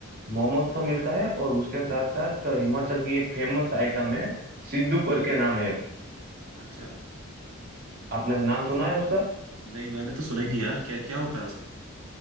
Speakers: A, on the right; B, on the right.
A: मोमोस तो मिलता है और उसके साथ साथ हिमाचल की एक फेमस आइटम है सिद्धू करके नाम है एक।
B: अच्छा
A: आपने नाम
B: उसमें
A: सुना है उसका
B: नहीं मैंने तो सुना ही नहीं यार क्या क्या होता है उसमें